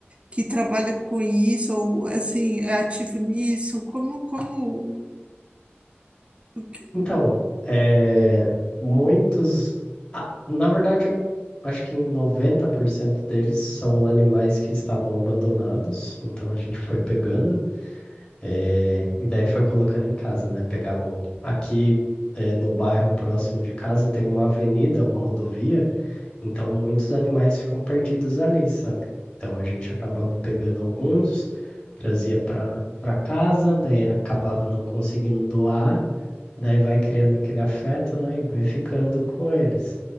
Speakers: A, on the right; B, on the left.
A: que trabalha com isso ou assim é ativo nisso? Como, como? o que-
B: Então, é, muitos. ah, Na verdade, eu acho que 90% deles são animais que estavam abandonados. Então, a gente foi pegando é, e daí foi colocando em casa, né? Pegavam aqui. é, no bairro próximo de casa tem uma avenida, uma rodovia, Então, muitos animais ficam perdidos ali, sabe? Então, a gente acabava pegando alguns, trazia para para casa, daí acabava não conseguindo doar, daí vai criando aquele afeto, né? E vai ficando com eles.